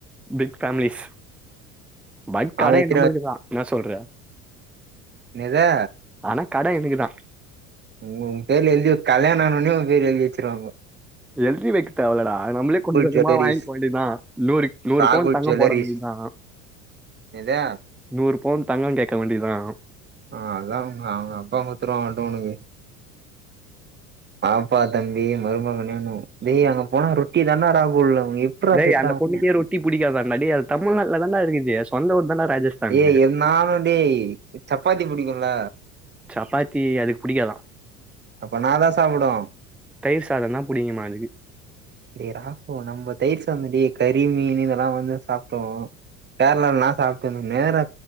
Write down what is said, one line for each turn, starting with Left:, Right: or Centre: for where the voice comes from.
Centre: பிக் ஃபேமிலீஸ் பன்
Right: அவன்
Centre: கடையே
Right: எத்தினாவது
Centre: நம்முளுதுதா என்னா சொல்ற
Right: என்னது
Centre: ஆனா கட எனக்குதா
Right: உ பேர் எழுதி கல்யாணோ ஆனவுன்னே உன் பேர்ல எழுதி வச்சிருவாங்கோ.
Centre: எழுதி வைக்க தேவல்லடா நம்மளே கொஞ்ச கொஞ்சமா
Right: ஜுவல்லரிஸ்
Centre: வாங்க்க வேண்டியதுதா நூறு நூறு
Right: ராகுல்
Centre: பவுன் தங்கோ
Right: ஜுவல்லரிஸ்
Centre: போட வேண்டியதுதா
Right: என்னது
Centre: நூறு பவுன் தங்கோ கேக்க வேண்டியதுதா
Right: ஆ அதா உங்க அவங்க அப்பா குட்த்துருவா எட்த்து உனக்கு வாப்பா தம்பி மருமகனேன்னு டேய் அங்க போனா ரொட்டிதாண்டா ராகுல் உனக்கு எப்புட்றா
Centre: டேய்
Right: செட்
Centre: அந்த
Right: ஆகு
Centre: பொண்ணுக்கே ரொட்டி புடிக்காதான்டா டேய் அது தமிழ்நாட்லதான்டா இருக்குது சொந்த ஊர் தான்டா ராஜஸ்தான்
Right: ஏய் என்னானுடேய் சப்பாத்தி புடிக்கும்ல
Centre: சப்பாத்தி அதுக்கு புடிக்காதா.
Right: அப்ப என்னாதா சாப்புடு?
Centre: தயிர் சாதம் தான் பிடிக்குமா அதுக்கு
Right: டேய் ராகு நம்ப தயிர் சாதோ டேய் கறி மீனு இதெல்லா வந்து சாப்டுவோ கேரளாலல்லா சாப்ட்டு வந் நேரா